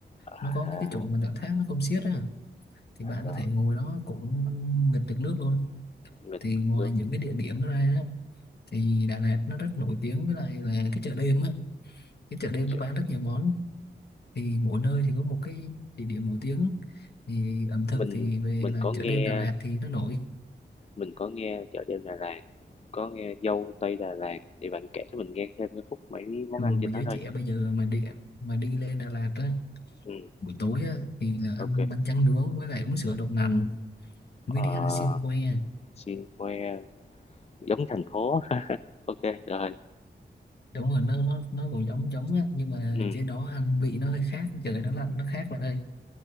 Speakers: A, on the left (about 35°); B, on the left (about 60°).
A: À,
B: nó có mấy cái chỗ mà đoạn thác nó không xiết á thì bạn
A: rồi,
B: có thể ngồi đó cũng nghịch được nước luôn
A: mình
B: thì ngoài
A: đúng,
B: những cái địa điểm đó ra á, thì Đà Lạt nó rất nổi tiếng với lại là cái chợ đêm á cái chợ đêm
A: ch
B: nó bán rất nhiều món thì mỗi nơi thì có một cái địa điểm nổi tiếng thì ẩm thực
A: mình
B: thì về
A: mình
B: là
A: có
B: chợ
A: nghe
B: đêm Đà Lạt thì nó nổi
A: Mình có nghe Chợ Đêm Đà Lạt, có nghe Dâu Tây Đà Lạt, thì bạn kể cho mình nghe thêm cái khúc mấy món
B: thường
A: ăn trên
B: mà giới
A: đó thôi.
B: trẻ bây giờ mà đi mà đi lên Đà Lạt á
A: Ừ,
B: buổi tối á thì là ăn
A: ok. kê.
B: bánh tráng nướng với lại uống sữa đậu nành mới
A: Ờ,
B: đi ăn xiên que
A: xin khoe giống thành phố. <laughs> Ok, rồi.
B: đúng rồi nó nó nó còn giống giống á nhưng mà
A: Ừ,
B: trên đó ăn vị nó hơi khác trời nó lạnh nó khác bạn ơi